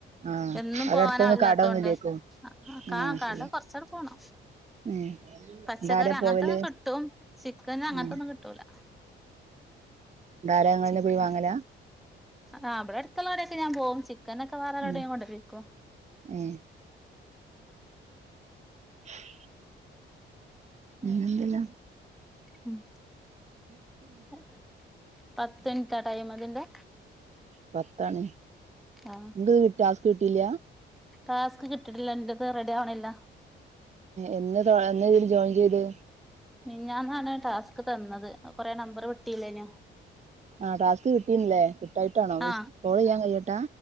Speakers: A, on the right (about 35°); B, in the centre.
A: ആഹ്
B: എന്നും
A: അവിടെ
B: പോവാനോ
A: അടുത്തൊന്നും
B: അല്ലാത്തോൊണ്ട്
A: കടയൊന്നുല്ലേക്കും
B: കാ
A: ആഹ്
B: കാട്ടെ
A: ശരി
B: കൊറച്ചൂടി പോണം
A: ഏഹ്
B: പച്ചക്കറി
A: ടാരാ
B: അങ്ങനത്തൊക്കെ
A: പോവല്
B: കിട്ടും ചിക്കന് അങ്ങത്തൊന്നും
A: ഉം
B: കിട്ടൂല
A: ന്താരങ്ങെ
B: ചിക്കൻ
A: പോയി വാങ്ങല
B: ആ അവിടെ അടുത്തുള്ള കടെൊക്കെ ഞാൻ പോക കനൊക്കെ വേറെരോടയും
A: ഉം
B: കൊണ്ടക്കോ
A: ഏഹ് <inaudible> പിന്നെന്തല്ലാ
B: ആഹ ഉം ആ പത്ത് മിനിറ്റാ ടൈം അതിന്റെ
A: പത്താണ്
B: ആ
A: നിങ്ങ കിട്ട സ്ക് കിട്ടില്ല
B: ടാസ്ക് കിട്ടിട്ടില്ല എറത് റെഡി ആവണില്ല
A: എന്ന എന്ന ചെയ ജോയിൻ ചെയ്ത്
B: മിഞ്ഞാന്നാണ് ടാസ്ക് തന്നത് കൊറെേ നമ്പർ കിട്ടിയില്ലനോ
A: ആഹ ടാസ്ക് കിട്ടീന്നില്ലേ കിട്ടായിട്ടാണോ
B: ആ
A: കോൾ ചെയ്യാൻ കഴിയട്ടാ